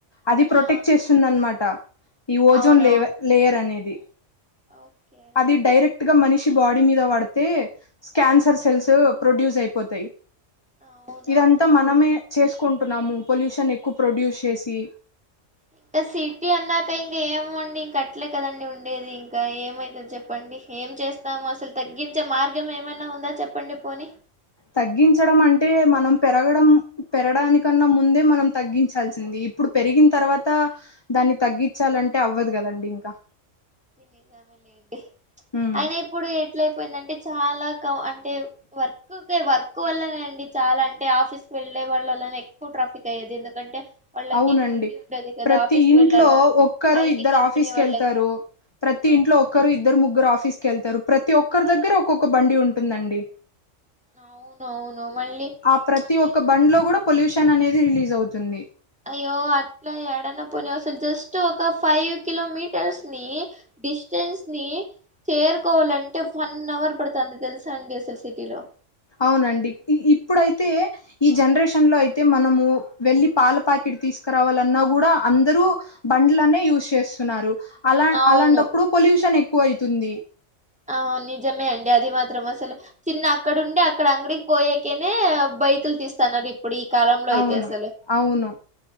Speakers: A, on the left (about 20°); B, in the centre.
A: అది ప్రొటెక్ట్
B: ఆ
A: చేస్తుంద అనమాట ఈ ఓజోన్
B: అవునవును
A: లే లేయర్ అనేది
B: ఓకే
A: అది డైరెక్ట్ ఇక మనిషి బాడీ మీద పడితే క్యాన్సర్ సెల్స్ ప్రొడ్యూస్ అయిపోతాయి
B: అవునవునండి
A: ఇదంతా మనమే చేసు కుంటున్నాము పొల్యూషన్ ఎక్కువ ప్రొడ్యూస్ చేసి
B: ఇంకా సిటీ అన్నాక ఇంకా ఏమండి ఇంక అట్లే కదండి ఉండేది ఇంకా ఏమైతుంది చెప్పండి ఏం చేస్తాము అసలు తగ్గించే మార్గం ఏమైనా ఉందా చెప్పండి పోని
A: తగ్గించడం అంటే మనం పెరగడం పెరడానికన్నా ముందే మనం తగ్గించాల్సింది ఇప్పుడు పెరిగిన తర్వాత దాన్ని తగ్గించాలంటే అవ్వదు కదండి ఇంకా
B: నిజమే లేండి
A: ఉమ్
B: అయిన ఇప్పుడు ఎట్లయిపోయిందంటే చాలా క అంటే వర్క్ కి వర్క్ వల్లనే అండి చాలా అంటే ఆఫీస్ కి వెళ్ళే వాళ్ళ వల్లనే ఎక్కువ ట్రాఫిక్ అయ్యేది ఎందుకంటే వాళ్ళకి
A: అవునండి
B: డ్యూటీ ఉంటది కదా
A: ప్రతి
B: ఆఫీస్
A: ఇంట్లో
B: వెళ్ళాలా
A: ఒక్కరు
B: ఐటీ
A: ఇద్దరు
B: కంపెనీ
A: ఆఫీస్కి
B: వాళ్ళకి
A: వెళ్తారు ప్రతి
B: అవును
A: ఇంట్లో ఒక్కరు ఇద్దరు ముగ్గురు ఆఫ తీసుకేళ్తారు ప్రతి ఒక్కరి దగ్గర ఒక్కొక్క బండి ఉంటుందండి
B: అవును అవును మళ్ళీ
A: ఆ ప్రతి ఒక్క
B: ఇం
A: బండ్ లో కూడా పొల్యూషన్ షన్ అనేది రిలీజ్ అవుతుంది
B: అయ్యో అట్లా ఎడన్న పోని అసలు జస్ట్ ఒక ఫైవ్ కిలోమీటర్స్ ని డిస్టెన్స్ ని చేరుకోవాలంటే వన్ అవర్ పడుతుంది తెలుసా అండి అసలు సిటీలో
A: అవునండి ఇప్పుడైతే ఈ జనరేషన్ లో అయితే మనము వెళ్లి పాల పాకెట్ తీసుకురావాలన్నా కూడా అందరూ బండ్లనే యూజ్ చేస్తున్నారు అలా
B: అవును
A: అలాంటప్పుడు పొల్యూషన్ ఎక్ ఎక్కువ అయితుంది
B: ఆ నిజమే అండి అది మాత్రం అసలు చిన్న అక్కడండి అక్కడ అంగడికి పోయాకేనే బైకులు తీస్తాన్నారు ఇప్పుడు ఈ కాలంలో అయితే
A: అవును
B: అసలు
A: అవును